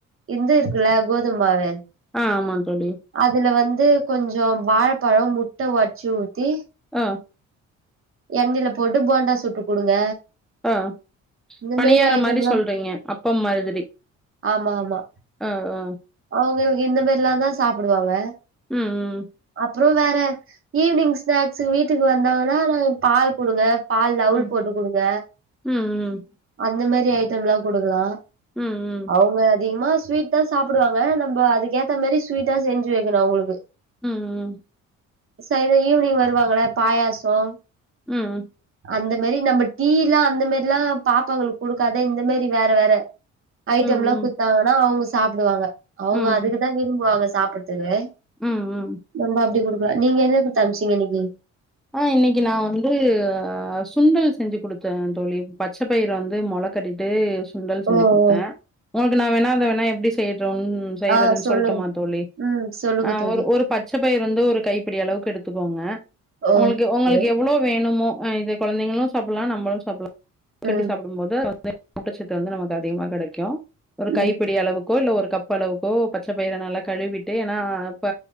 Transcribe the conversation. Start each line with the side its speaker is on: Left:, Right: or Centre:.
Right: இந்து இருக்குல்ல கோதும் மாவு
Centre: அ ஆமாங் தோழி
Right: அதுல வந்து கொஞ்சோ வாழப்பழோ, முட்ட ஒட்ச்சு ஊத்தி
Centre: அ
Right: எண்ணைல போட்டு போண்டா சுட்டு குடுங்க
Centre: அ
Right: இந்த
Centre: பணியாரம்
Right: ஐட்டம்லா
Centre: மாரி சொல்றீங்க அப்பம் மாதிரி
Right: ஆமாமா
Centre: அ அ
Right: அவுங்கள்க்கு இந்த மாரிலாதா சாப்புடுவாங்க
Centre: ம் ம்
Right: அப்றோ வேற ஈவினிங் ஸ்நாக்ஸு வீட்டுக்கு வந்தாங்கனானா பால் குடுங்க பால்ல அவுல்
Centre: ம்,
Right: போட்டு குடுங்க
Centre: ம்,
Right: அந்த மாரி ஐட்டம்லா குடுக்கலா
Centre: ம் ம்
Right: அவுங்க அதிகமா ஸ்வீட் தா சாப்புடுவாங்க நம்ப அதுக்கேத்த மாரி ஸ்வீட்டா செஞ்சு வெக்கணு அவுங்களுக்கு
Centre: ம் ம்
Right: சாய்ங்காலோ ஈவ்னிங் வருவாங்கல்ல பாயாசோ
Centre: ம்
Right: அந்த மாரி நம்ப டீலா அந்த மாரிலா பாப்பாகளுக் குடுக்காத இந்த மாரி வேற வேற ஐட்டம்லா
Centre: ம், ம்,
Right: குட்த்தா கூட அவுங்க சாப்புடுவாங்க அவுங்க
Centre: ம்,
Right: அதுக்குதா விரும்புவாங்க சாப்பட்த்துக்கு
Centre: ம், ம்.
Right: நம்ப அப்டி குடுக்கலா நீங்க என்ன குட்த் அம்ச்சீங்க இன்னைக்கி
Centre: அ இன்னைக்கி நா வந்து அ சுண்டல் செஞ்சு குடுத்த தோழி பச்ச பயிற வந்து மொள கட்டீட்டு சுண்டல் செஞ்சு
Right: ஓ
Centre: குடுத்தே
Right: ஓ
Centre: உனக்கு நா வேணா அத வேணா எப்டி செய்யட்டுன் செய்றதுன்
Right: ஆ சொல்லுங்க
Centre: சொல்ட்டுமா தோழி
Right: ம் சொல்லுங்க
Centre: அ
Right: தோழி
Centre: ஒரு ஒரு பச் ச்ச பயிற் வந்து ஒரு கைப்பிடி அளவுக்கு எடுத்துக்கோங்க
Right: ஓ
Centre: உங்களுக்கு உங்களுக்கு
Right: கே
Centre: எவ்ளோ வேணுமோ அ இது கொழந்தைங்களு சாப்பில்லா நம்பளு சாப்பில்லா கட்டி
Right: ம்
Centre: சாப்பிடு ம்போது அதுல <inaudible> ஊட்டச்சத்து வந்து நமக்கு அதிகமா கெடைக்கு ஒரு
Right: ம்
Centre: கைப்பிடி அளவுக் கோ இல்ல ஒரு கப் அளவுக்கோ பச்ச பயிற நல்லா கழுவிட்டு ஏனா இப்ப